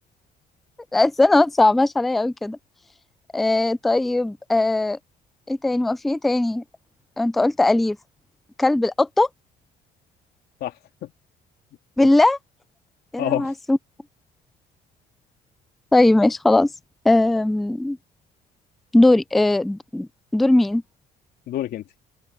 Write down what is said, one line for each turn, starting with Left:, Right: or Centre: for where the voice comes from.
Centre: لا استنى ما تصعبهاش عليا أوي كده آه، طيب آه، إيه تاني ما في إيه تاني أنت قلت أليف كلب القطة
Left: صح قط
Centre: بالله يا
Left: اه
Centre: لهوي على السوق طيب ماشي خلاص أم، دوري أه، د- دور مين
Left: دورك انت